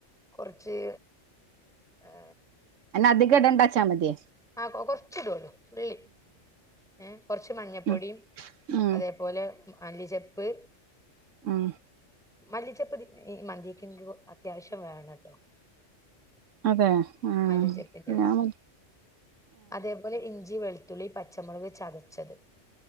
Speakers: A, in the centre; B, on the right (about 80°).
A: കൊറച്ച് ഏ
B: അയ്ൻ അധികടണ്ടാച്ചാമതി
A: ആ കൊ കൊറച്ട്ള്ളൂ തുള്ളി ഏ കൊറച്ച് മഞ്ഞപ്പൊടിം
B: ഉം ഉം
A: അതേ പോലെ മല്ലിചപ്പ്
B: ഉം
A: മല്ലിചെപ്പ് തി ഈ മന്തീക്ക്ൻക്ക് അത്യാവിശ്യം വേണട്ടോ
B: അതെ ആ
A: മല്ലിച്ചപ്പിന്റെ
B: ഞാൻ
A: ഇല
B: ഉ
A: അതേപോലെ ഇഞ്ചി വെളുത്തുള്ളി പച്ചമുളക് ചതച്ചത്